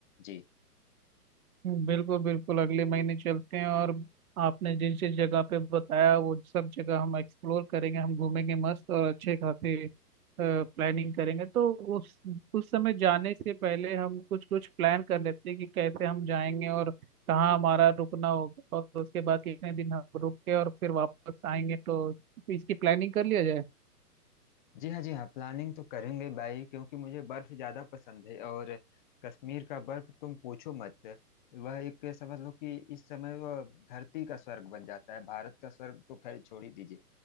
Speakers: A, on the left; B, on the right.
A: जी
B: बिल्कुल बिल्कुल अगले महीने चलते हैं और आपने जिस जिस जगह पे बताया वो सब जगह हम एक्सप्लोर करेंगे हम घूमेंगे मस्त और अच्छे खासे प्लानिंग करेंगे तो उस उस समय जाने से पहले हम कुछ कुछ प्लान कर लेते हैं कि कैसे हम जाएंगे और कहाँ हमारा रुकना होगा और उसके बाद कितने दिन हम रुक के और फिर वापस आएंगे तो इसकी प्लानिंग कर लिया जाए
A: जी हाँ जी हाँ प्लानिंग तो करेंगे भाई क्योंकि मुझे बर्फ ज़्यादा पसंद है और कश्मीर का बर्फ तुम पूछो मत वह एक समझ लो कि इस समय वह धरती का स्वर्ग बन जाता है भारत का स्वर्ग तो खैर छोड़ ही दीजिए